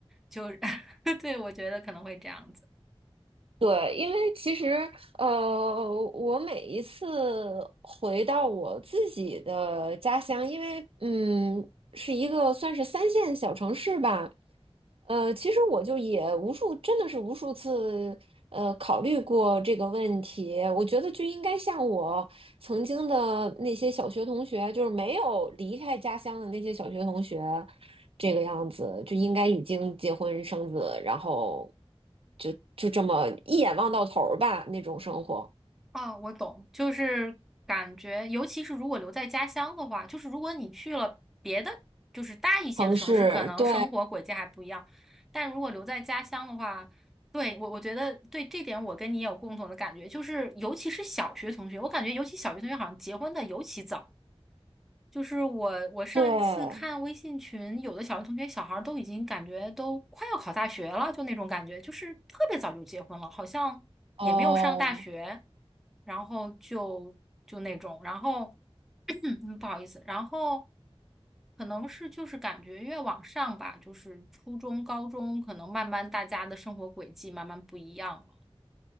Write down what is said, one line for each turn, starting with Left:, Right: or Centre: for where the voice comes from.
Centre: 就 <laughs> 对，我觉得可能会这样子。
Right: 对，因为其实呃，我每一次回到我自己的家乡，因为嗯是一个算是三线小城市吧，呃，其实我就也无数，真的是无数次，呃，考虑过这个问题。我觉得就应该像我曾经的那些小学同学，就是没有离开家乡的那些小学同学，这个样子就应该已经结婚生子，然后就就这么一眼望到头儿吧，那种生活。
Centre: 啊，我懂，就是感觉，尤其是如果留在家乡的话，就是如果你去了别的，就是大一些的城市，
Right: 城市，
Centre: 可能生活轨迹还不一样。
Right: 对
Centre: 但如果留在家乡的话，对，我我觉得对这点我跟你也有共同的感觉，就是尤其是小学同学，我感觉尤其小学同学好像结婚的尤其早。就是我，我上一次看微信群，
Right: 对，
Centre: 有的小学同学小孩儿都已经感觉都快要考大学了，就那种感觉，就是特别早就结婚了，好像也没有上大学，
Right: 哦，
Centre: 然后就就那种，然后 <clears throat> 嗯不好意思，然后可能是就是感觉越往上吧，就是初中、高中，可能慢慢大家的生活轨迹慢慢不一样了。